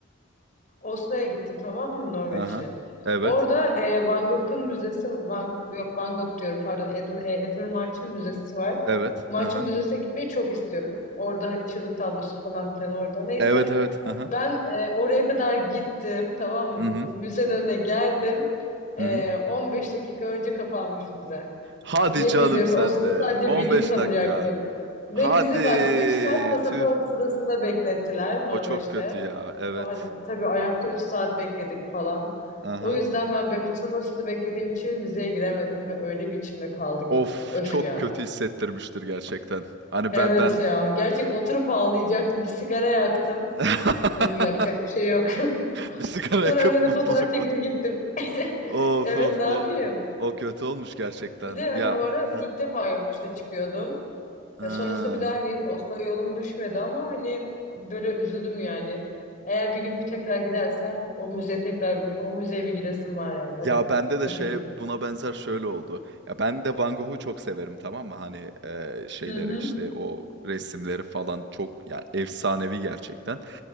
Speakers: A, on the left (about 40°); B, on the right (about 60°).
A: Oslo'ya gittim tamam mı Norveç'e.
B: Hı hı. Evet.
A: Orada e, Van Gogh'un müzesi, Van, yok Van Gogh diyorum pardon, Ed, e, Edvard Munch'ın müzesi var.
B: Evet.
A: Munch'ın
B: aha
A: müzesine gitmeyi çok istiyorum. Orada hani çığlık tablosu falan filan orada. Neyse
B: Evet, evet. aha.
A: ben e, oraya kadar gittim tamam mı?
B: hı. Hı
A: Müzenin
B: hı.
A: önüne geldim.
B: Hı
A: E, 15 dakika önce kapanmış müze.
B: Hadi
A: Yemin
B: canım
A: ediyorum
B: sen
A: o sırada
B: de.
A: sadece
B: 15
A: bir gün kalacaktım.
B: dakika.
A: Ve
B: Hadi.
A: bizi bak 3 saat pasaport
B: Tüh.
A: sırasında beklettiler Norveç'te.
B: O çok kötü ya. Evet.
A: Ama tabii ayakta 3 saat bekledik falan.
B: Aha
A: O yüzden ben be pasaport sırası beklediğim için müzeye giremedim ve öyle bir içimde kaldı ki.
B: Of,
A: Öf
B: çok
A: yani.
B: kötü hissettirmiştir gerçekten. Hani
A: Evet
B: ben ben
A: ya.
B: <laughs>
A: Gerçek oturup ağlayacaktım. Bir sigara yaktım.
B: eee
A: Dedim yapacak bir şey yok.
B: Bir sigara
A: <laughs> Sonra
B: yakıp
A: önünde
B: mutluluklar.
A: fotoğraf çekilip gittim.
B: Of,
A: Evet
B: of.
A: ne
B: O
A: yapayım?
B: o kötü olmuş gerçekten.
A: Bir de hani
B: Ya.
A: o ara
B: Hıh.
A: ilk defa yurt dışına çıkıyordum.
B: Hıı.
A: Ya sonrasında bir daha hani Oslo'ya yolum düşmedi ama hani böyle üzüldüm yani. Eğer bir gün bir tekrar gidersem o müzeye tekrar bir- o müzeye bir gidesim var yani öyle.
B: Ya bende de
A: O
B: şey
A: şekil.
B: buna benzer şöyle oldu. Ya ben de Van Gogh'u çok severim tamam mı? Hani eee, şeyleri
A: Hı hı.
B: işte o resimleri falan çok yani efsanevi gerçekten.